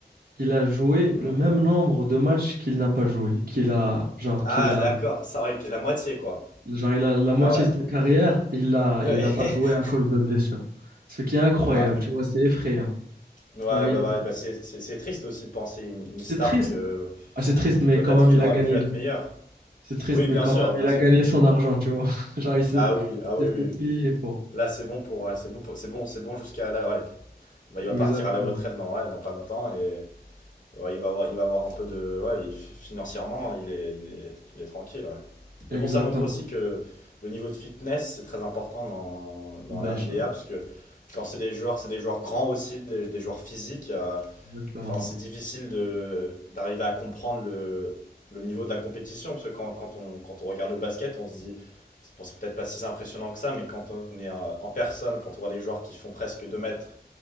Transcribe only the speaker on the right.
Il a joué
le même nombre de matchs qu'il n'a pas joué, qu'il a, genre,
qu'il a,
genre, il a la moitié
de sa carrière, il a,
il a pas joué à cause de blessure. Ce qui est incroyable,
tu vois, c'est effrayant.
Genre, il,
c'est triste.
Ah, c'est triste,
mais
quand même,
il
a gagné
C'est triste,
mais
quand
même,
il a
gagné son argent, tu vois. <laughs> Genre, il s'est
il s'est
fait
payer pour.
Exactement.
Exactement.
Bien
sûr.
Exactement.